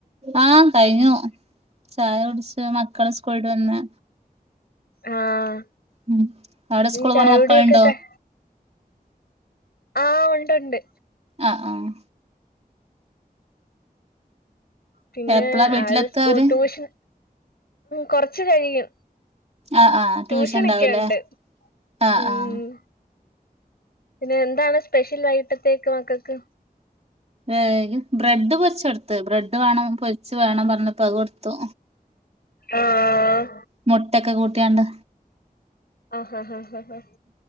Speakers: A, on the right; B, on the left.
A: ആഹ് കഴിഞ്ഞു. ചായ കുടിച്ച് മക്കള് സ്കൂൾട്ട് വന്ന്
B: ആഹ്‌
A: ഉം അവിടെ സ്കൂള്
B: ചായൂടിയൊക്കെ
A: പോണ മക്കളുണ്ടോ
B: ക ആഹ് ഉണ്ട് ഉണ്ട്
A: ആഹ് ആഹ്
B: പിന്നെ
A: എപ്പളാ വീട്ടിലെത്താ
B: ആര് സ്കൂ
A: അവര്
B: ട്യൂഷൻ കൊറച്ച് കഴിയും
A: ആഹ് ആഹ്
B: ട്യൂഷനൊക്കെയുണ്ട്
A: ട്യൂഷൻ ഉണ്ടാവൂലേ ആഹ്
B: ഉം
A: ആഹ്
B: പിന്നെ എന്താണ് സ്പെഷ്യലായിട്ട് വൈകിട്ടത്തേക്ക് മക്കക്ക്
A: ഏഹ് ബ്രെഡ് പൊര്ച്ചൊട്ത്ത് ബ്രെഡ് വേണം പൊരിച്ച് വേണം പറഞ്ഞപ്പഠ അത് കൊടുത്തു
B: ആഹ്
A: മുട്ടക്കെ കൂട്ടിയാണ്ട്
B: ആഹ് ഹാ ഹാ ഹാ ഹാ